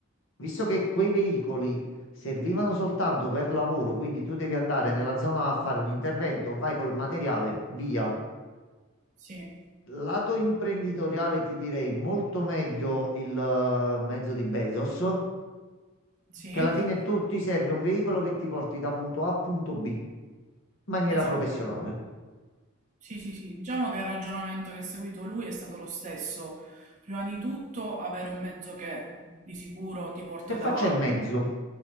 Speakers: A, on the left (about 70°); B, on the right (about 35°).
A: visto che quei veicoli servivano soltanto per lavoro, quindi tu devi andare nella zona a fare un intervento, vai col materiale, via.
B: sì,
A: Lato imprenditoriale ti direi molto meglio il eh, mezzo di Bezos,
B: sì,
A: che alla fine tu ti serve un veicolo che ti porti da punto A a punto B in maniera
B: esatto.
A: professionale.
B: Sì, sì, sì. Diciamo che il ragionamento che ha seguito lui è stato lo stesso. Prima di tutto, avere un mezzo che di sicuro ti porta
A: Che faccia
B: da
A: il
B: A
A: mezzo?